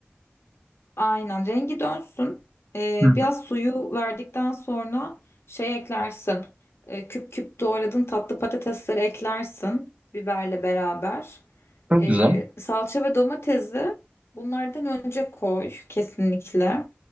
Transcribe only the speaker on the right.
Hı hı.
Çok
güzel.